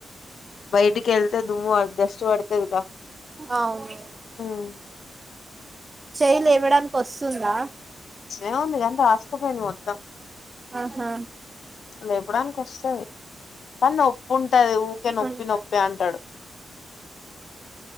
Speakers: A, on the left; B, on the right.
A: బయటికి వెళ్ దుమ్ము అర్ డస్ట్ పడుతదిగా
B: అవును
A: ఉమ్,
B: చేయలు ఇవ్వడానికి వస్తుందా
A: ఏంది ఎంత ఆస్కపోయింది మొత్తం
B: ఆహా
A: లేపడానికి వస్తది కానీ నొప్పి ఉంటది ఊరికే నొప్పి
B: ఉంటది.
A: నొప్పి అంటాడు